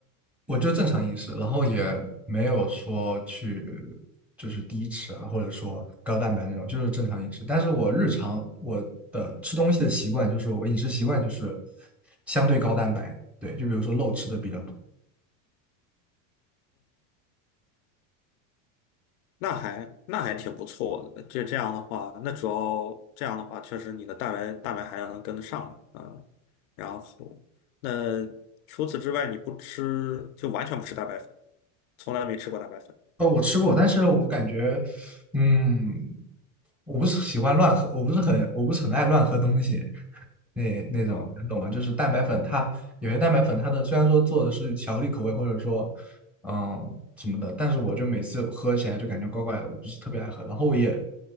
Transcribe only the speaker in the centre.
我就正常饮食，然后也没有说去就是低脂啊，或者说高蛋白那种，就是正常饮食。但是我日常我的吃东西的习惯，就是我饮食习惯就是相对高蛋白，对，就比如说肉吃的比较多。
哦，我吃过，但是我感觉，嗯，我不是喜欢乱喝，我不是很，我不是很爱乱喝东西，那那种，
你懂吗？就是蛋白粉它，有些蛋白粉它的虽然说做的是巧克力口味，或者说，嗯，什么的，但是我就每次喝起来就感觉怪怪的，我不是特别爱喝。然后我也，